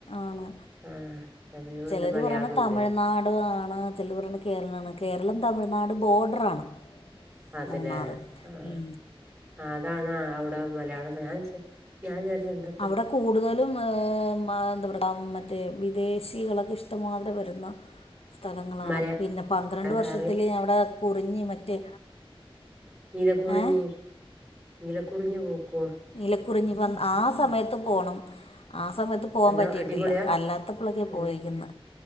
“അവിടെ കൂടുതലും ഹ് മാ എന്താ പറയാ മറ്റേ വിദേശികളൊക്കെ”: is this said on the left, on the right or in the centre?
Left